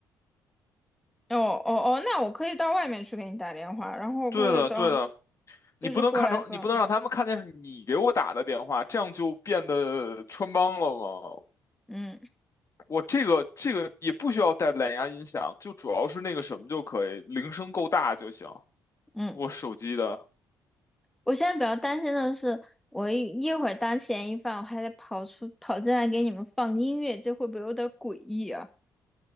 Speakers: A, in the centre; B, on the left (about 35°).
A: 哦哦哦，那我可以到外面去给你打电话，然后我可以到，
B: 对的，对的，你不能看成，
A: 就是过来放，
B: 你不能让他们看见是你给我打的电话，这样就变得穿帮了嘛。
A: 嗯
B: 我这个这个也不需要带蓝牙音响，就主要是那个什么就可以，铃声够大就行。
A: 嗯。
B: 我手机的，
A: 我现在比较担心的是，我一一会儿当嫌疑犯，我还得跑出跑进来给你们放音乐，这会不会有点诡异啊？